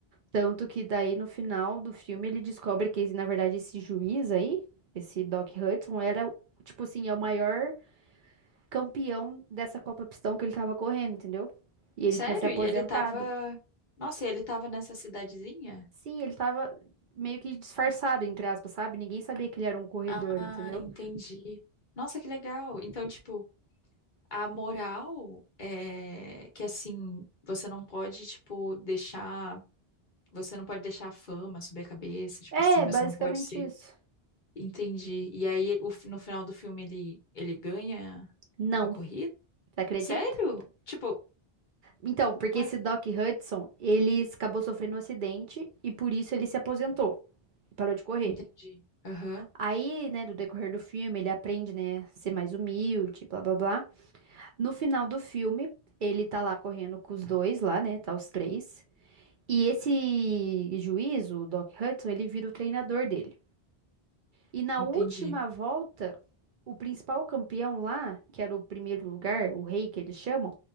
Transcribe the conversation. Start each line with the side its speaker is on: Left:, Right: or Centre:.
Right: Tanto que daí no final do filme ele descobre que, na verdade, esse juiz aí, esse Doc Hudson, era, tipo assim, é o maior campeão dessa Copa Pistão que ele tava correndo, entendeu? E ele
Left: Sério?
Right: tinha se aposentado.
Left: E ele tava. Nossa, e ele tava nessa cidadezinha?
Right: Sim, ele tava meio que disfarçado, entre aspas, sabe? Ninguém sabia que ele era um corredor,
Left: Ah,
Right: entendeu?
Left: entendi. Nossa, que legal. Então, tipo, a moral é que assim, você não pode, tipo, deixar. Você não pode deixar a fama subir a cabeça, tipo
Right: É,
Left: assim, você
Right: basicamente
Left: não pode ser.
Right: isso.
Left: Entendi. E aí, o fi- no final do filme, ele, ele ganha
Right: Não,
Left: a corrida?
Right: você acredita?
Left: Sério? Tipo,
Right: Então, porque
Left: ué,
Right: esse Doc Hudson, ele acabou sofrendo um acidente e por isso ele se aposentou, e parou de correr.
Left: entendi. Aham,
Right: Aí, né, do decorrer do filme, ele aprende, né, ser mais humilde, blá blá blá. No final do filme, ele tá lá correndo com os dois lá, né, tá os três. E esse juiz, o Doc Hudson, ele vira o treinador dele. E na
Left: entendi.
Right: última volta, o principal campeão lá, que era o primeiro lugar, o rei que eles chamam,